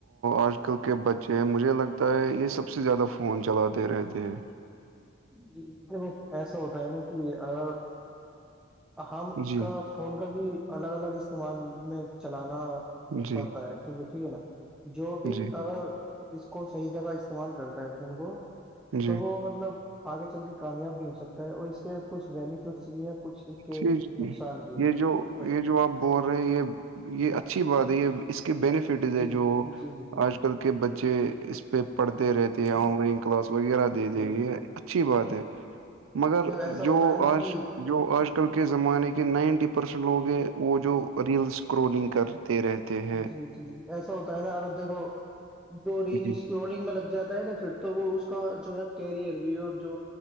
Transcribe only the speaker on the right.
آج کل کے بچے ہیں مجھے لگتا ہے یہ سب سے زیادہ فون چلاتے رہتے ہیں
جی
جی
جی
جی
جی جی
یہ
جو
یہ جو آپ ب رہے یہ یہ اچھی بات ہے یہ اس کے بینیفٹز ہے
جو
آج کل کے بچے اس پہ پڑھتے رہتے ہیں آن لائن کلاس وغیرہ دے
دے گی
اچھی بات
ہے مگر
جو
آج
جو آج آج کل کے زمانے کے نائنٹی پرسینٹ لوگ ہیں وہ جو ریلس کرولنگ کرتے رہتے ہیں
جی